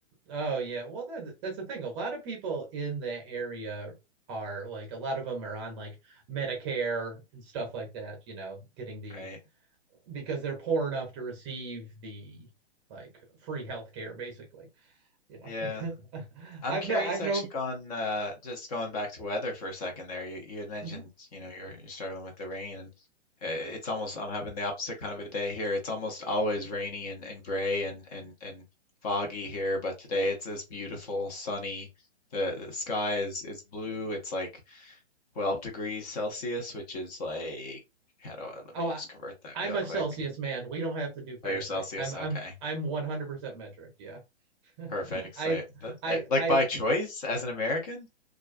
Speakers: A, on the right; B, on the left.
A: Oh, yeah. Well, that's that's the thing. A lot of people in that area are like, a lot of them are on like Medicare and stuff like that, you know, getting the
B: Right.
A: because they're poor enough to receive the like free healthcare, basically, you know.
B: Yeah.
A: <laughs>
B: I'm
A: I've
B: curious
A: no, I've
B: actually
A: known.
B: gone uh just going back to weather for a second there. You you had mentioned,
A: Mhm.
B: you know, you're you're struggling with the rain and uh, it's almost I'm having the opposite kind of a day here. It's almost always rainy and, and gray and, and and foggy here, but today it's this beautiful sunny the, the sky is is blue. It's like 12 degrees Celsius, which is like how do I let
A: Oh,
B: me
A: I,
B: just convert that
A: I'm
B: real
A: a
B: quick.
A: Celsius man. We don't have to do Fahrenheit.
B: Oh, your Celsius.
A: I'm I'm
B: Okay.
A: I'm 100% metric. Yeah. <laughs>
B: Perfect.
A: I
B: So yeah, that
A: I
B: eh, like
A: I
B: by choice as an American?